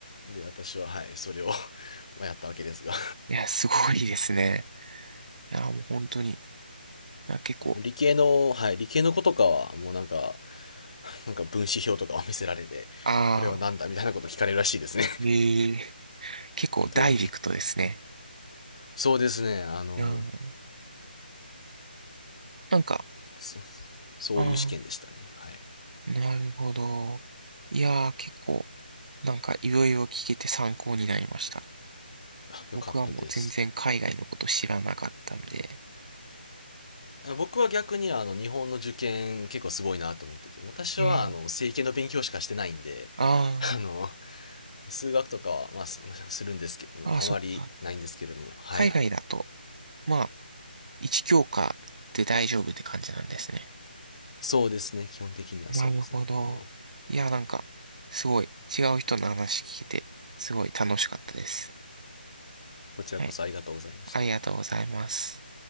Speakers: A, on the left; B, on the right.
A: で私は、はい、それを <laughs> まあやったわけですが。
B: いや、すごいですね。いや、もう本当に。あ、結構、
A: あの理系の、はい、理系の子とかは、もうなんか、なんか分子表とかを見せられて、
B: ああ、
A: これはなんだみたいなこと聞かれるらしいですね。
B: ええ、結構ダイレクトですね。
A: <laughs> どうそうですね、あの、
B: いやー、なんか、
A: そそういう試験でしたね。
B: ああ、
A: はい。
B: なるほど。いやー、結構、なんかいろいろ聞けて参考になりました。
A: あよかったです。
B: 僕はもう全然海外のこと知らなかったんで。
A: 僕は逆にあの日本の受験結構すごいなと思ってて、私はあの政経の勉強しかしてないんで、
B: ええ。あ
A: あの、数学とかは、まあ、すするんですけど、
B: あ、
A: あまりないんですけれども、
B: ああ、そっか。
A: はい。
B: 海外だと、まあ、一教科で大丈夫って感じなんですね。
A: そうですね。基本的にはそうですね。
B: なるほど。
A: あの、
B: いや、なんか、すごい、違う人の話聞けて、すごい楽しかったです。
A: こちらこそありがとうございました。
B: はい。ありがとうございます。